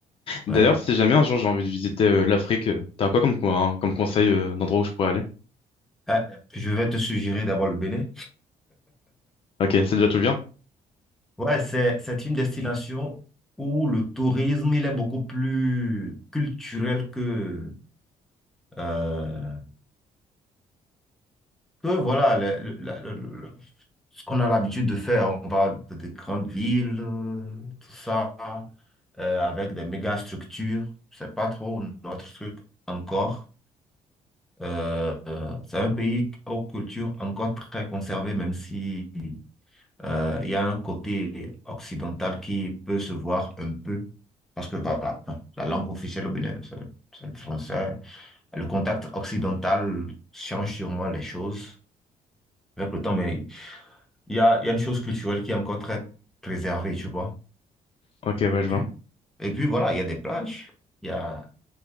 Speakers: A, in the centre; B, on the left.
A: Ouais.
B: D'ailleurs, si jamais un jour j'ai envie de visiter euh, l'Afrique, euh, t'as quoi comme, coin- hein, comme conseil euh, d'endroit où je pourrais aller?
A: Ah, je vais te suggérer d'abord le Bénin.
B: Ok, c'est déjà tout bien?
A: Ouais, c'est, c'est une destination où le tourisme, il est beaucoup plus culturel que, euh, que voilà, le- le- la- le- le- ce qu'on a l'habitude de faire, on va dans des grandes villes, euh, tout ça, euh, avec des méga structures. C'est pas trop notre truc encore. Euh, euh, c'est un pays aux cultures encore très conservées, même si euh, il y a un côté occidental qui peut se voir un peu. Parce que voilà, enfin, la langue officielle au Bénin, c'est c'est le français. Le contact occidental change sûrement les choses avec le temps, mais il y a, il y a une chose culturelle qui est encore très préservée, tu vois.
B: Ok, ouais,
A: Et
B: je
A: puis,
B: vois.
A: et puis voilà, il y a des plages, il y a,